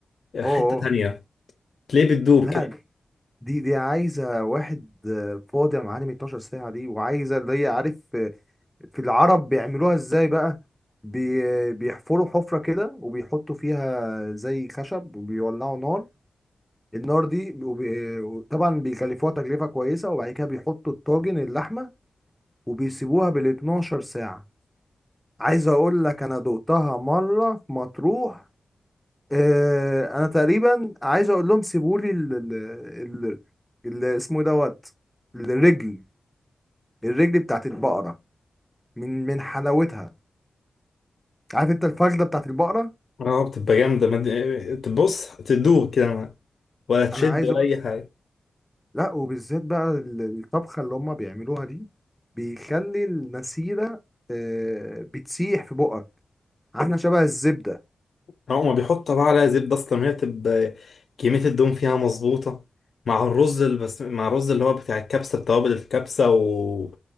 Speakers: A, on the left (about 55°); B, in the centre.
A: آه، حتة
B: اوه اوه
A: تانية تلاقيه بتدوب
B: لا
A: كده
B: دي دي عايزة واحد آه، فاضي يا معلم 12 ساعة دي وعايزة اللي هي عارف آه، في العرب بيعملوها ازاي بقى بي بيحفروا حفرة كده وبيحطوا فيها زي خشب وبيولعوا نار النار دي وبي- آه، طبعا بيكلفوها تكلفة كويسة وبعد كده بيحطوا الطاجن اللحمة وبيسيبوها بال 12 ساعة عايز اقول لك انا دقتها مرة في مطروح آه، انا تقريبا عايز اقول لهم سيبوا لي ال ال ال ال- اسمه إيه دوت الرجل الرجل بتاعت البقره من من حلاوتها عارف انت الفخده بتاعت البقره
A: اه بتبقى جامدة مد... تبص تدوب كده معاك. ولا تشد
B: انا عايز
A: ولا
B: اقول
A: أي حاجة
B: لا وبالذات بقى ال- الطبخه اللي هم بيعملوها دي بيخلي المسيره آه، بتسيح في بقك عامله شبه الزبده
A: آه، هما بيحطوا بقى عليها زبدة أصلا هي بتبقى كمية الدهون فيها مظبوطة مع الرز البس... مع الرز اللي هو بتاع الكبسة بتوابل الكبسة و